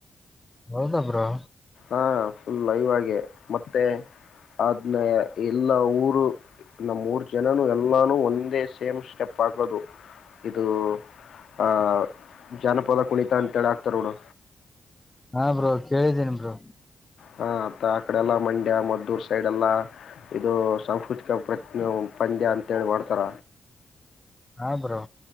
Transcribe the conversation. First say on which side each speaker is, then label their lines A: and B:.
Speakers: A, on the left; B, on the left.
A: ಹೌದಬ್ರಾ
B: ಹಾ ಫುಲ್ ಲೈವ್ ಮತ್ತೆ ಅನ್ನ ಎಲ್ಲಾ ಊರು ನಮ್ಮ ಮೂರ್ ಜನನು ಎಲ್ಲಾನು ಒಂದೇ ಸೇಮ್ ಸ್ಟೆಪ್ ಆಗೋದು ಇದು ಆ ಜಾನಪದ ಕುಣಿತ ಅಂತ ಹೇಳಿ ಹಕ್ತಾರ ನೋಡು
A: ಹಾ ಬ್ರೋ ಕೇಳಿದ್ದೇನಿ ಬ್ರೋ
B: ಹಾ ಅ ಆಕಡೆಲ್ಲ ಮಂಡ್ಯ ಮದ್ದೂರ್ ಸೈಡ್ ಎಲ್ಲ ಇದು ಸಾಂಸ್ಕೃತಿಕ ಪ್ರ ಪಂದ್ಯ ಅಂತಿ ಮಾಡ್ತಾರ
A: <unintelligible> ಹಬರೋ